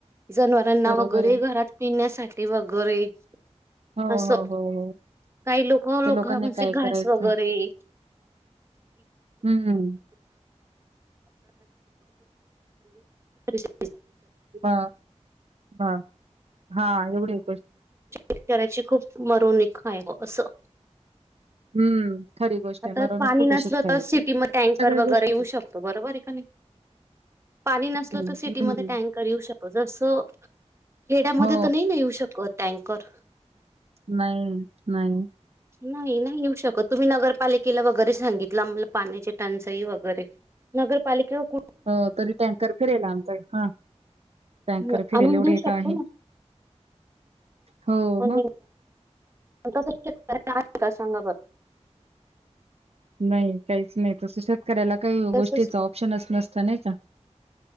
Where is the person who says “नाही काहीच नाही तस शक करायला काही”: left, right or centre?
Right